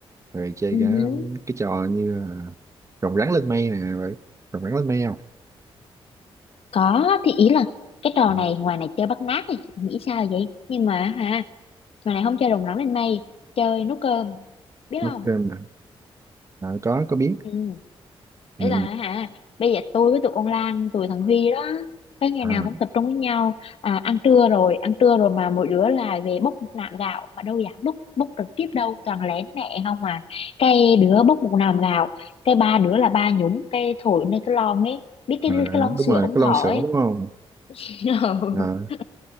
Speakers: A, on the right (about 30°); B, on the left (about 65°).
A: rồi chơi
B: ừ
A: cả
B: hứ.
A: cái trò như là rồng rắn lên mây nè vậy rồng rắn lên mây không
B: có thì ý là cái trò
A: Ừ,
B: này ngoài này chơi bắt nạt thì nghĩ sao vậy nhưng mà hả Mà này không chơi rồng rắn lên mây Chơi nấu cơm Biết
A: nút
B: không
A: trên nè à, có có biết
B: Ừ
A: ừ.
B: Đấy là hả Bây giờ tôi với tụi con Lan Tụi thằng Huy đó Cái ngày
A: à,
B: nào cũng tập trung với nhau à, Ăn trưa rồi Ăn trưa rồi mà mỗi đứa là về bốc một nạm gạo Mà đâu dám bốc Bốc trực tiếp đâu Toàn lén mẹ không à Cái đứa bốc một nạm gạo Cái ba đứa là ba nhúng Cái thổi nơi cái lon ấy Biết cái
A: à,
B: cái lon
A: đúng
B: sữa
A: rồi
B: ông
A: cái
B: thỏ
A: lon sữa
B: ấy
A: đúng không
B: <laughs>
A: à,